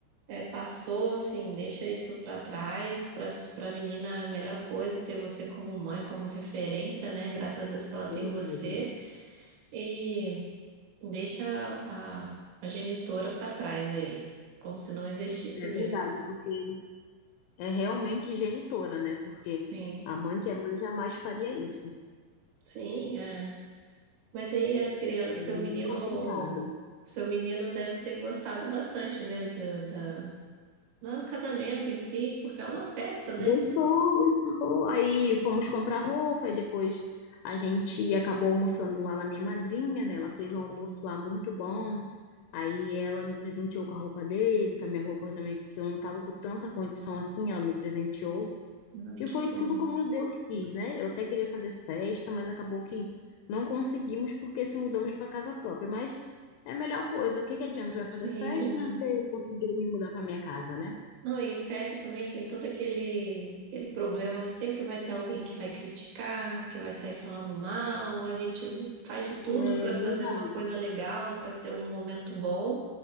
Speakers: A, on the right (about 80°); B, on the left (about 85°).
A: É, passou, assim, deixa isso pra trás. Pra, su- pra menina, a melhor coisa é ter você como mãe, como referência, né? Graças a Deus que ela
B: Verdade.
A: tem você. E deixa a, a genitora pra trás aí, como se não existisse
B: É
A: mesmo.
B: verdade, porque é realmente genitora, né? Porque
A: Sim,
B: a mãe que é mãe jamais faria isso.
A: sim, é. Mas aí as crianças, seu
B: É
A: menino,
B: muito complicado.
A: seu menino deve ter gostado bastante, né? de- da, do casamento em si, porque é uma festa, né?
B: Gostou, gostou. Aí fomos comprar roupa e depois a gente acabou almoçando lá na minha madrinha, né? Ela fez um almoço lá muito bom. Aí ela me presenteou com a roupa dele, com a minha roupa também, que eu não tava com tanta condição assim, ela me presenteou.
A: Ai,
B: E
A: que
B: foi
A: bom.
B: tudo como Deus quis, né? Eu até queria fazer festa, mas acabou que não conseguimos porque se mudamos para casa própria. Mas é a melhor coisa. O que que adianta eu ia
A: Sim,
B: fazer festa e não ter conseguido me mudar para minha casa, né?
A: Não, e festa também tem todo aquele, aquele problema que sempre vai ter alguém que vai criticar, que vai sair falando mal. A gente faz de tudo
B: É
A: para fazer
B: verdade.
A: uma coisa legal, para ser um momento bom,